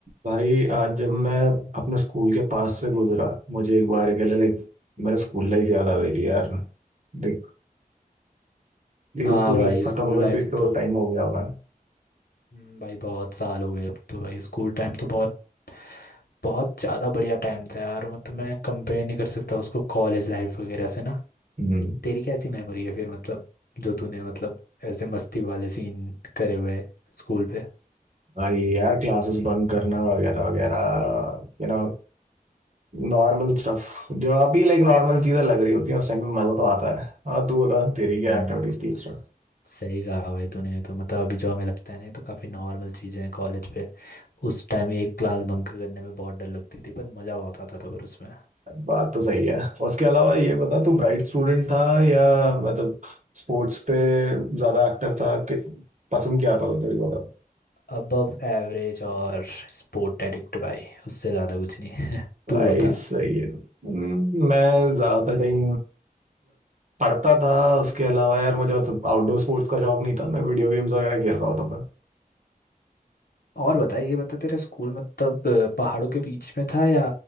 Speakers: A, on the right; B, on the left.
A: भाई आज जब मैं अपने स्कूल के पास से गुजरा मुझे एक बार के लिए लाइक मेरा स्कूल लाइफ याद आ गई थी यार देख तेरी
B: हाँ
A: स्कूल
B: भाई
A: लाइफ खत्म
B: school
A: हुए
B: life
A: भी तो
B: तो
A: टाइम हो गया होगा ना
B: हम्म, भाई बहुत साल हो गए अब तो भाई स्कूल टाइम तो बहुत बहुत ज़्यादा बढ़िया टाइम था यार मतलब मैं कंपेयर नहीं कर सकता उसको कॉलेज लाइफ वगैरह से ना
A: हम्म
B: तेरी कैसी मेमोरी है फिर मतलब जो तूने मतलब ऐसे मस्ती वाले सीन करे हुए स्कूल पे
A: भाई यार क्लासेस बंक करना वगैरह वगैरह यू नो नॉर्मल स्टफ जो अभी लाइक नॉर्मल चीजें लग रही होती हैं उस टाइम पे मजा तो आता है और तू बता तेरी क्या
B: हम्म
A: एक्टिविटीज थी एक्स्ट्रा?
B: सही कहा भाई तूने तो मतलब अभी जो हमें लगता है ना ये तो काफ़ी नॉर्मल चीज़ें हैं कॉलेज पे उस टाइम एक क्लास बंक करने में बहुत डर लगती थी पर मज़ा बहुत आता था पर उसमें
A: बात तो सही है उसके अलावा ये बता तू ब्राइट स्टूडेंट था या मतलब स्पोर्ट्स पे ज्यादा एक्टिव था कि पसंद क्या था तेरे को बताओ
B: अबव एवरेज और स्पोर्ट एडिक्ट भाई उससे ज़्यादा कुछ नहीं <laughs>
A: भाई
B: तू बता
A: सही है हम्म, मैं ज्यादातर टाइम पढ़ता था उसके अलावा यार मुझे मतलब आउटडोर स्पोर्ट्स का शौक नहीं था मैं वीडियो गेम्स वगैरह खेल रहा होता था
B: और बता ये बता तेरा स्कूल मतलब अ, पहाड़ों के बीच में था या